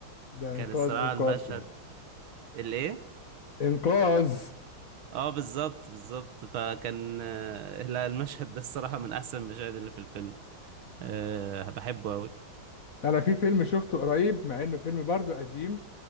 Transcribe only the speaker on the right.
كان
الصراحة
المشهد
الايه
اه بالظبط بالظبط فكان <laughs> آه، لا المشهد ده الصراحة من احسن المشاهد اللي في الفيلم أه بحبه اوي